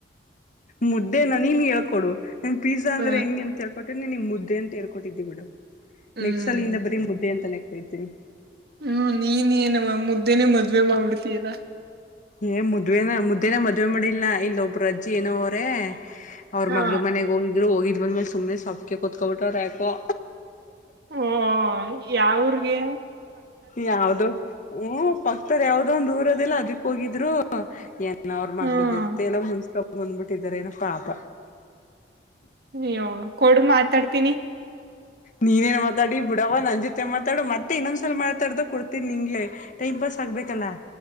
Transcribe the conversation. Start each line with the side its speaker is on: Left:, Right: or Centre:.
Left: ಮುದ್ದೆನ ನೀನ್ ಹೇಳ್ಕೊಡು ನನ್ ಪಿಜ್ಯ
Right: ಹ
Left: ಅಂದ್ರೆ ಹೆಂಗಗೆ ಅಂತ ಹೇಳ್ಕೊಟ್ರೆ ನೀ ಮುದ್ದ ಮುದ್ದೆ ಅಂತ ಹೇಳ್ಕೊಟ್ಟಿದ್ದ್ವಿ ಬಿಡ
Right: ಹ್ಮ್
Left: ನೆಕ್ಸ್ಸಲ್ ಇಂದ ಬರೀ ಮುದ್ದೆ ಅಂತೆತಾ ಇದತೀನಿ
Right: ಹ್ಮ್ ನೀನ್ಯ ಏನವ ಮುದ್ದೇನೆ ಮದ್ವೆ ಮಾಡ್ತೀರಾ
Left: ಏ ಮುದ್ವೆೇನ ಮುದ್ದೇನ ಮದ್ವೆ ಮಾಡಿಲ್ಲಾ ಇಲ್ಲ ಒಬ್ರು ಅಜ್ಜಿ ಏನೋ ಅವ್ರೇ ಅವ್ರ
Right: ಹಾ
Left: ಮಗಳು ಮನೆಗ್ ಹೋಗಿದ್ರು ಹೋಗಿದ್ ಬಂದ್ಮೇಲೆ ಸುಮ್ನೆ ಸೊಪ್ಪಕ ಕುೂತ್ಕೊಬಿಟ್ಟ ಅವ್ರು ಯಾಕೋ
Right: ಹ್ಮ ಯಾವೂರಿಗೆ
Left: ಯಾವ್ದೋ ಹ್ಮ ಪ <unintelligible> <unintelligible> ಆತರ್ ಯಾವದೋಂದಂದು ದೂರದಲ್ಲ ಅದಕ್ಕ ಹೋಗಿದ್ರು ಏನ್ ಅವರು ಮಗ್ಳದತ್ತ
Right: ಹ್ಮ್
Left: ಎಲ್ಲ ಮುನಿಸಿಕೊಂಡು ಬಿಟ್ಟರೆ ಬಂದ್ಬಿಟ್ಟಿದಾರೆನೊ ಪಾಪ
Right: ಅಯ್ಯೋ ಕೊಡು ಮಾತಾಡ್ತೀನಿ
Left: ನೀನ್ಯ ಯನ್ ಮಾತಾಡಿ ಬಿಡವ ನನ್ ಜೊತೆ ಮಾತಾಡು ಮತ್ತೆ ಇನ್ನೊಂದ್ಸಲ ಮಾತಾಡ್ದಗ ಕೊಡ್ತನಿ ನಿಂಗೆ ಟೈಮ್ ಪಾಸ್ ಆಬೇಕಲ್ಲ